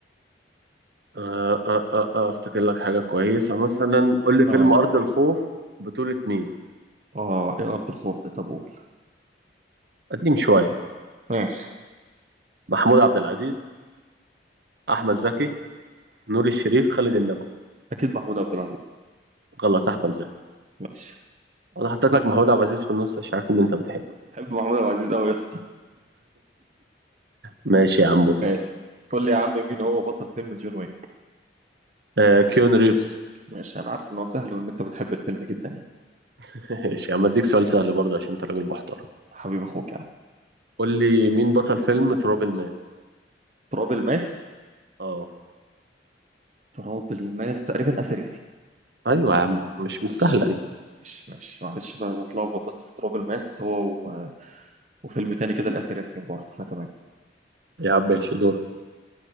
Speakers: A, on the right; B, on the right.
A: آه آه آه آه افتكر لك حاجة كويسة مثلا قول لي فيلم
B: اه
A: أرض الخوف بطولة مين
B: اه ايه ارض الخوف ده طب قول
A: قديم شوية
B: ماشي
A: محمود عبد العزيز احمد زكي نور الشريف خالد النبوي
B: اكيد محمود عبد العزيز
A: غلط احمد زكي
B: ماشي
A: انا حطيت لك محمود عبد العزيز في النص عشان عارف ان انت بتحبه
B: بحب محمود عبد العزيز قوي يا اسطى
A: ماشي يا عم
B: ماشي قول لي يا عم مين هو بطل فيلم جون ويك
A: آه كيون ريفز
B: ماشي انا عارف ان هو سهل وان انت بتحب الفيلم جدا يعني
A: <laughs> ماشي يا عم اديك سؤال سهل برضه عشان انت راجل محترم
B: حبيب اخوك يا عم
A: قول لي مين بطل فيلم تراب الماس
B: تراب الماس
A: اه
B: تراب الماس تقريبا اثريسي
A: ايوه يا عم مش مش
B: ماشي
A: سهله دي
B: ماشي ماشي معلش بقى بتلخبط بس في تراب الماس هو و... وفيلم تاني كده الاسر ياسين برضه فتمام
A: يا عم ماشي دورك